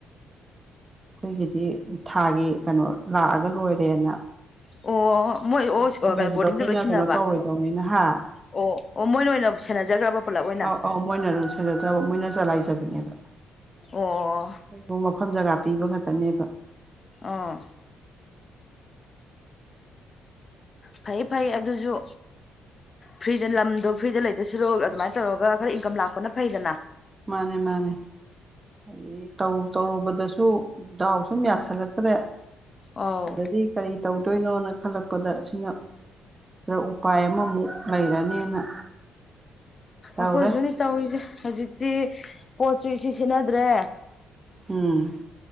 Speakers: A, on the right; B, on the left.
A: ꯑꯩꯈꯣꯏꯒꯤꯗꯤ ꯊꯥꯒꯤ ꯀꯩꯅꯣ ꯂꯥꯛꯑꯒ ꯂꯣꯏꯔꯦꯅ
B: ꯑꯣ ꯃꯣꯏ ꯑꯣ
A: ꯁꯦꯟꯅꯕꯗꯣ
B: ꯀꯩꯅꯣ ꯕꯣꯔꯗꯤꯡꯗ
A: ꯑꯩꯈꯣꯏꯅ
B: ꯂꯣꯏ ꯁꯤꯟꯅꯕ
A: ꯀꯩꯅꯣ ꯇꯧꯔꯣꯏꯗꯧꯅꯤꯅꯍ
B: ꯑꯣ ꯑꯣ ꯃꯣꯏꯅ ꯑꯣꯏꯅ ꯁꯦꯟꯅꯖꯈ꯭ꯔꯕ ꯄꯨꯂꯞ ꯑꯣꯏꯅ
A: ꯑꯥꯎ ꯑꯥꯎ ꯃꯣꯏꯅ ꯑꯗꯨꯝ ꯁꯗꯕ ꯃꯣꯏꯅ ꯆꯂꯥꯏꯖꯕꯅꯦꯕ
B: ꯑꯣ
A: ꯑꯩꯈꯣꯏꯕꯨ ꯃꯐꯝ ꯖꯒꯥ ꯄꯤꯕ ꯈꯛꯇꯅꯦꯕ
B: ꯑꯥ ꯐꯩ ꯐꯩ ꯑꯗꯨꯁꯨ ꯐ꯭ꯔꯤꯗ ꯂꯝꯗꯣ ꯐ꯭ꯔꯤꯗ ꯂꯩꯗꯁꯤꯔꯣ ꯑꯗꯨꯃꯥꯏꯅ ꯇꯧꯔꯒ ꯈꯔ ꯏꯟꯀꯝ ꯂꯥꯛꯄꯅ ꯐꯩꯗꯅ
A: ꯃꯥꯅꯦ ꯃꯥꯅꯦ ꯍꯥꯏꯗꯤ ꯇꯧꯔꯨꯕꯗꯁꯨ ꯗꯥꯎ ꯁꯨꯝ ꯌꯥꯁꯜꯂꯛꯇ꯭ꯔꯦ
B: ꯑꯧ
A: ꯑꯗꯨꯗꯗꯤ ꯀꯔꯤ ꯇꯧꯗꯣꯏꯅꯣꯅ ꯈꯜꯂꯛꯄꯗ ꯑꯁꯤꯅ ꯈꯔ ꯎꯄꯥꯏ ꯑꯃꯃꯨꯛ ꯂꯩꯔꯅꯦꯅ ꯇꯧꯔꯦ
B: ꯑꯩꯈꯣꯏꯁꯨꯅꯤ ꯇꯧꯔꯤꯁꯦ ꯍꯧꯖꯤꯛꯇꯤ ꯄꯣꯠꯁꯨ ꯏ ꯁꯦꯟꯅꯗ꯭ꯔꯦ
A: ꯎꯝ